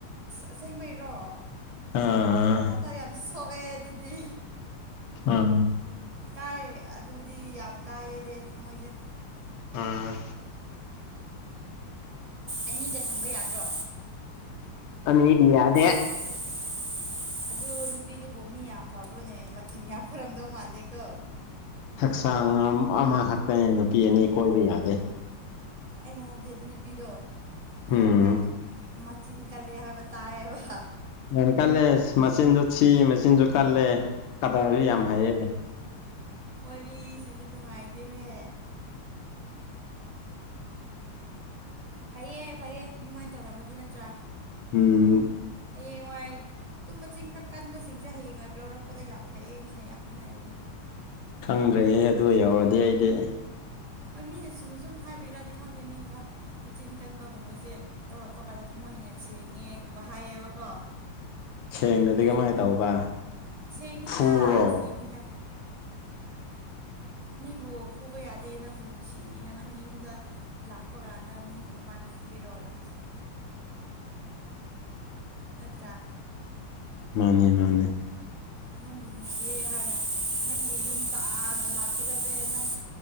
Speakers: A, on the right (about 25°); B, on the left (about 80°).
A: ꯑꯁꯦꯡꯉꯩꯔꯣ
B: ꯑꯥ
A: ꯋꯥꯈꯜ ꯌꯥꯝ ꯁꯣꯛꯑꯦ ꯑꯗꯨꯗꯤ
B: ꯑꯥ
A: ꯀꯥꯏ ꯑꯗꯨꯕꯨꯗꯤ ꯌꯥꯝ ꯀꯥꯏꯌꯦꯗꯤ ꯊꯃꯣꯏꯁꯦ
B: ꯑ
A: ꯑꯅꯤꯒ ꯊꯝꯕ ꯌꯥꯗ꯭ꯔꯣ
B: ꯑꯅꯤꯗꯤ ꯌꯥꯗꯦ
A: <unintelligible> ꯑꯗꯨ ꯅꯨꯄꯤꯗꯨꯕꯨ ꯃꯤ ꯌꯥꯝ ꯐꯕ꯭ꯔꯣꯅꯦ ꯃꯤꯟ ꯌꯥꯝ ꯐꯔꯝꯗꯧ ꯃꯥꯟꯗꯦꯀꯣ
B: ꯍꯛꯆꯥꯡ ꯑꯃꯈꯛꯇꯅꯦ ꯅꯨꯄꯤ ꯑꯅꯤ ꯀꯣꯏꯕ ꯌꯥꯗꯦ
A: ꯑꯩꯅ ꯍꯥꯏꯕꯗꯤ ꯑꯗꯨ ꯅꯨꯄꯤꯗꯣ ꯈꯔ
B: ꯎꯝ
A: ꯀ ꯃꯆꯤꯟ ꯀꯜꯂꯤ ꯍꯥꯏꯕ ꯇꯥꯏꯌꯦꯕ
B: ꯌꯥꯝ ꯀꯜꯂꯦ ꯃꯆꯤꯟꯁꯨ ꯁꯤ ꯃꯆꯤꯟꯁꯨ ꯀꯜꯂꯦ ꯀꯗꯥꯏꯁꯨ ꯌꯥꯝ ꯍꯥꯏꯌꯦ
A: ꯋꯥꯔꯤ ꯁꯤꯗꯤ ꯅꯨꯡꯉꯥꯏꯇꯦꯍꯦ ꯐꯩꯌꯦ ꯐꯩꯌꯦ ꯑꯗꯨꯃꯥꯏꯅ ꯇꯧꯔꯝꯃꯗꯤ ꯅꯠꯇ꯭ꯔꯥ
B: ꯎꯝ
A: ꯍꯌꯦꯡꯋꯥꯏ ꯇꯨꯝꯕ ꯆꯤꯡ ꯈ꯭ꯔ ꯀꯟꯕꯁꯤꯡꯁꯦ ꯍꯌꯦꯡ ꯍꯥꯏꯕ ꯂꯧꯔꯛꯄꯗ ꯌꯥꯝ ꯐꯩꯌꯦ ꯃꯤꯅ ꯌꯥꯝ ꯍꯩꯅꯕꯅꯦ
B: ꯈꯪꯗ꯭ꯔꯦꯍꯦ ꯑꯗꯨ ꯌꯥꯎꯔꯗꯤ ꯑꯩꯗꯤ
A: ꯍꯣꯏ ꯃꯤꯅ ꯁꯨꯝꯅ ꯁꯨꯝ ꯍꯥꯏꯕ ꯏꯔꯗꯤ ꯈꯪꯗꯦ ꯃꯤꯅ ꯍꯣꯏ ꯃꯆꯤꯟ ꯀꯟꯕꯒꯨꯝꯕꯁꯦ ꯇꯧꯔꯛꯄ ꯀꯥꯟꯗ ꯊꯝꯃ ꯃꯣꯏ ꯍꯦꯟꯅ ꯁꯦꯡꯉꯦꯒꯨꯝꯕ ꯍꯥꯏꯌꯦꯕꯀꯣ
B: ꯁꯦꯡꯅꯗꯤ
A: ꯍꯥꯏꯗꯤ
B: ꯀꯃꯥꯏꯅ ꯇꯧꯕ
A: ꯁꯦꯡꯅꯤꯗ
B: ꯐꯨꯔꯣ
A: ꯁꯦꯡꯅꯤꯗ ꯃꯤꯕꯨ ꯐꯨꯕ ꯌꯥꯗꯦ ꯅꯪꯕꯨ ꯅꯨꯡꯁꯤꯅ ꯅꯪꯒꯤ ꯌꯨꯝꯗ ꯂꯥꯛꯄ ꯀꯥꯟꯗ ꯃꯤꯕꯨ ꯀꯃꯥꯏ ꯎꯒꯦꯔꯣꯔꯪꯁꯨ ꯅꯠꯇ꯭ꯔꯥ
B: ꯃꯥꯅꯦ ꯃꯥꯅꯦ
A: ꯅꯪꯕꯨ ꯅꯨꯡꯁꯤ ꯍꯥꯏꯅ ꯅꯪꯒꯤ ꯌꯨꯝ ꯇꯥꯅ ꯂꯥꯛꯄꯗꯗꯤ ꯅꯪ